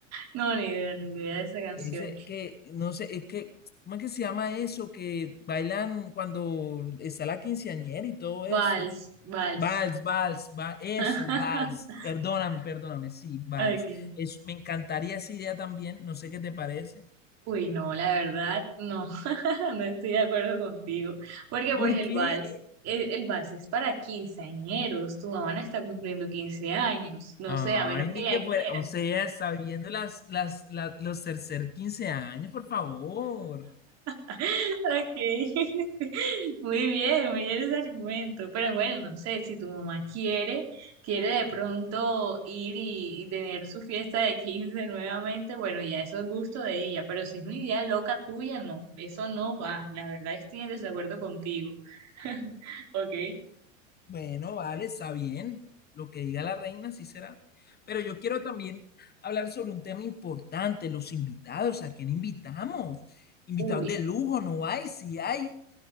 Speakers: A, on the right (about 40°); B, on the left (about 25°).
A: No, ni idea, ni idea de esa canción.
B: Ese que, no sé, es que, ¿cómo es que se llama eso? Que bailan cuando está la quinceañera y todo eso.
A: Vals, vals.
B: Vals, vals, va, eso,
A: <laughs>
B: vals. Perdóname, perdóname, sí, vals.
A: Okay.
B: Es, me encantaría esa idea también, no sé qué te parece.
A: Uy, no, la verdad, no, <laughs> no estoy de acuerdo contigo, porque
B: ¿Por
A: pues el
B: qué?
A: vals, el, el vals es para quinceañeros, tu mamá no está cumpliendo 15 años, no
B: Ay,
A: sé, a menos
B: ni
A: que ella
B: que fuera,
A: quiera.
B: o sea, sabiendo las, las, la- los tercer 15 años, por favor.
A: Ok, <laughs> muy bien, muy bien ese argumento. Pero bueno, no sé, si tu mamá quiere, quiere de pronto ir y, y tener su fiesta de 15 nuevamente, bueno, ya eso es gusto de ella, pero si es una idea loca tuya, no, eso no va. La verdad estoy en desacuerdo contigo. <laughs> Ok.
B: Bueno, vale, está bien. Lo que diga la reina, sí será. Pero yo quiero también hablar sobre un tema importante, los invitados, ¿a quién invitamos? Invitados
A: Uy,
B: de lujo, ¿no hay? Si hay,